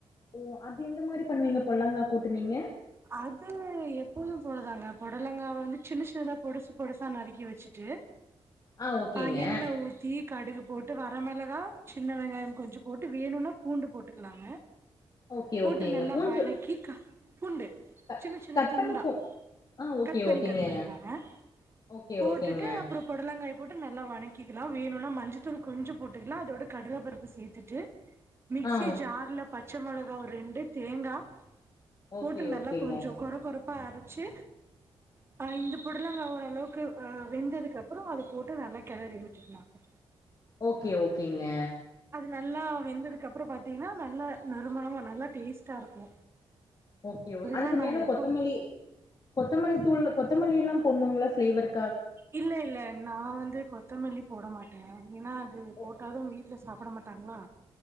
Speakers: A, on the left; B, on the right.
A: ஓ அந் அது எந்த மாரி பண்ணுவீங்க பொள்ளங்கா கூட்டுனீங்க
B: அது எப்போதும் போடுதாங்க பொடலங்காவ வந்து சின்ன சின்னதா பொடுசு பொடுசா நறுக்கி வச்சுட்டு
A: ஆ ஓகேங்க
B: அ என்ன ஊத்தி கடுகு போட்டு வர மிளகா சின்ன வெங்காய கொஞ்ச போட்டு வேணும்னா பூண்டு போட்டுக்கலாங்க
A: ஓகே
B: போட்டு
A: ஓகேங்க
B: நல்லா
A: பூண்டு
B: வணக்கி க பூண்டு
A: க
B: சின்ன சின்ன
A: கட்
B: துண்டா
A: பண்ணி போ ஆ ஓகே
B: கட் பண்ணி
A: ஓகேங்க
B: கட் பண்ணிதாங்க
A: ஓகே
B: போட்டுட்டு
A: ஓகேங்க
B: அப்பற பொடலங்காய போட்டு நல்லா வணங்கிக்கலா வேணும்னா மஞ்சத்தூள் கொஞ்சு போட்டுக்கலா அதோட கடலைப்பருப்பு சேர்த்துட்டு மிக்ஸி
A: ஆ
B: ஜார்ல பச் பச்ச மொளகா ஒரு ரெண்டு தேங்கா
A: ஓகே
B: போட்டு நல்லா
A: ஓகேங்க
B: கொஞ்சோ கொர கொர ப்பா அரைச்சு ஆ இந்த புடலங்கா அளவுக்கு வ வெந்ததுக்கு அப்றோ அத போட்டு நல்லா கெளறி விட்டுகனு அத
A: ஓகே ஓகேங்க
B: நல்லா வெந்ததுக்கு அப்றோ பாத்தீங்கன்னா நல்லா நறுமணமா நல்லா டேஸ்ட்டா இருக்கு
A: ஓகே
B: இப்படிதா
A: ஓ அதுக்கு
B: நா
A: மேல
B: எப்போ
A: கொத்தமல்லி கொத்தமல்லி தூள் கொத்தமல்லியெல்லா போட்னுங்ளா ஃபிளேவர்
B: இல்ல இல்ல நா வந்து கொத்தமல்லி போட மாட்டே ஏன்னா அது
A: ஓ
B: போட்டாலு வீட்ல சாப்பட மாட்டாங்களா